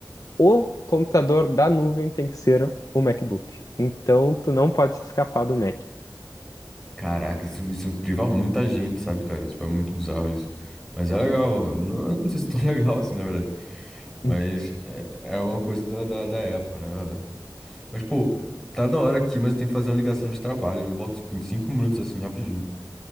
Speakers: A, on the left; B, in the centre.
A: o computador da nuvem tem que ser o MacBook. Então tu não pode se escapar do Mac.
B: Caraca, isso, isso priva muita gente, sabe, cara? Tipo, é muito bizarro isso. Mas é legal. Não, não sei se é tão <laughs> legal assim, na verdade. Mas
A: Hum.
B: é, é uma coisa da, da, da Apple, né? Mas, pô, tá da hora aqui, mas eu tenho que fazer uma ligação de trabalho. Eu volto, tipo, em cinco minutos, assim, rapidinho.